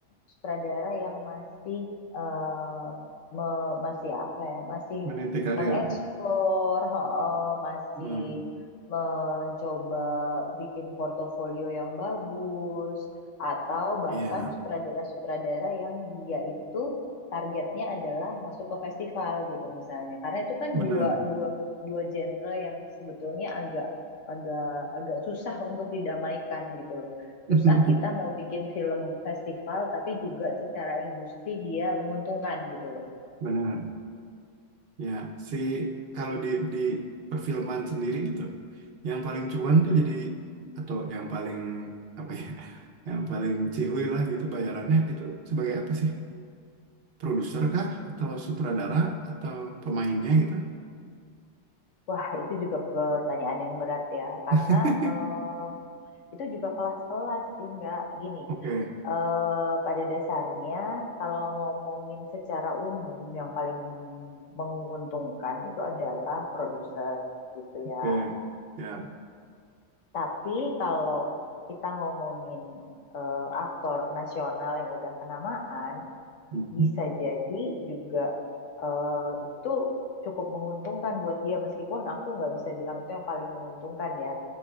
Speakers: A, on the left (about 85°); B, on the right (about 55°).
A: sutradara yang masih eh, me- masih apa ya, masih
B: Meniti karir.
A: mengeksplor, heeh, masih
B: Hmm,
A: mencoba bikin portofolio yang bagus, atau bahkan
B: iya
A: sutradara-sutradara yang dia itu targetnya adalah masuk ke festival gitu misalnya. Karena itu kan
B: benar
A: dua dua dua genre yang sebetulnya agak agak agak susah untuk didamaikan gitu loh.
B: <laughs>
A: Susah kita mau bikin film festival tapi juga secara industri dia menguntungkan gitu loh.
B: benar. Ya, si kalau di di perfilman sendiri gitu, yang paling cuan tuh jadi atau yang paling apa ya, <laughs> yang paling cihuy lah gitu bayarannya itu sebagai apa sih? Produser kah atau sutradara atau pemainnya gitu?
A: Wah, itu juga pertanyaan yang berat ya, karena
B: <laughs>
A: eh, Itu juga kelas-kelas sih, nggak gini.
B: Oke,
A: eh, pada dasarnya, kalau ngomongin secara umum, yang paling menguntungkan itu adalah produser, gitu ya.
B: oke, ya,
A: Tapi kalau kita ngomongin eh, aktor nasional yang udah kenamaan,
B: mm-hmm,
A: bisa jadi juga eh, itu cukup menguntungkan buat dia, meskipun aku nggak bisa bilang itu yang paling menguntungkan ya.